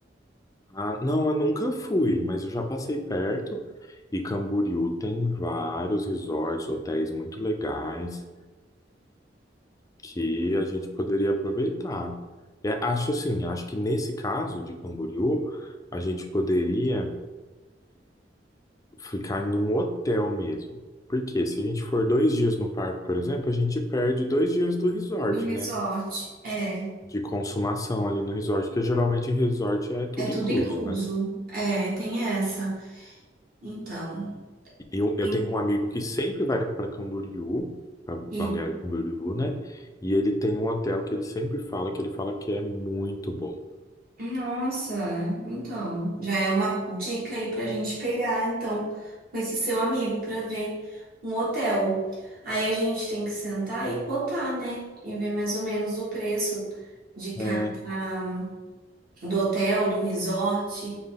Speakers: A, on the left (about 20°); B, on the right (about 55°).
A: Ah, não, eu nunca fui, mas eu já passei perto. E Camboriú tem vários resorts, hotéis muito legais. que a gente poderia aproveitar. É, acho assim, acho que nesse caso de Camboriú, a gente poderia ficar num hotel mesmo. Porque se a gente for dois dias no parque, por exemplo, a gente perde dois dias do resort,
B: Do resort.
A: né?
B: É,
A: De consumação ali no resort, que geralmente resort é tudo
B: é tudo
A: incluso,
B: incluso.
A: né?
B: É, tem essa. Então,
A: E eu, eu
B: tem
A: tenho um amigo que sempre vai para Camboriú, para Balneário
B: que-
A: Camboriú, né? E ele tem um hotel que ele sempre fala, que ele fala que é muito bom.
B: Nossa, então, já é uma dica aí pra gente pegar, então, com esse seu amigo pra ver um hotel. Aí a gente tem que sentar e cotar, né? E ver mais ou menos o preço de cada.
A: É,
B: do hotel, do resort,